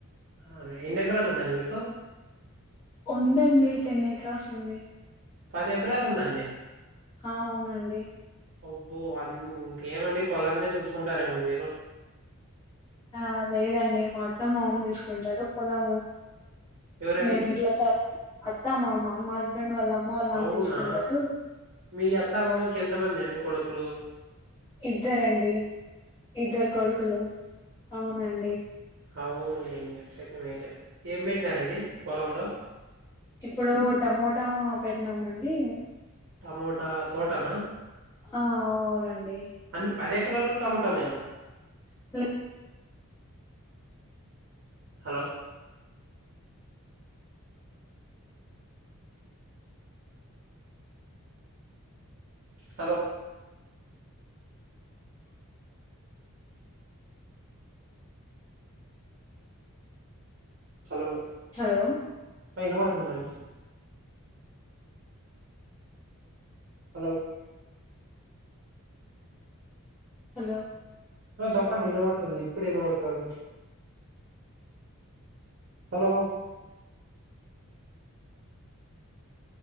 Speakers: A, on the right; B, on the left.
A: అవునా ఎన్ని ఎకరాలు ఉందండి మీకు?
B: ఉందండి టెన్ ఏక్రాస్ ఉంది
A: పది ఎకరాలు ఉందండి
B: అవునండి
A: అబ్బో అమ్ ఇంకేమంటే పొలాన్నే చూసుకుంటారేమో మీరు
B: ఆ లేదండి మొత్తం మామ జూసుకుంటారు పొలాన్ని
A: ఎవరండి
B: మేమిట్ల స అత్తా మామ హస్బెండ్ వాళ్ళ అమ్మ నాన్న
A: అవునా
B: జూసుకుంటరు
A: మీ అత్త మామకి ఎంతమంది అండి కొడుకులూ?
B: ఇద్దరండి ఇద్దరు కొడుకులూ అవునండి
A: అవున్లేండి అట్లయితే మేలే ఏం బెట్టినారండి పొలంలో?
B: ఇప్పుడూ టమోటా పెట్టినామండి
A: టమోటా తోటనా
B: ఆ అవునండీ
A: అన్ని పది ఎకరాలు కూడా టమోటా నేనా
B: <unintelligible>
A: హలో హలో హలో
B: హలో
A: వినబడుతుందండి హాలో
B: హలో
A: చెప్పండి వినబడుతుంది. ఇప్పుడు వినబడుతుంది hello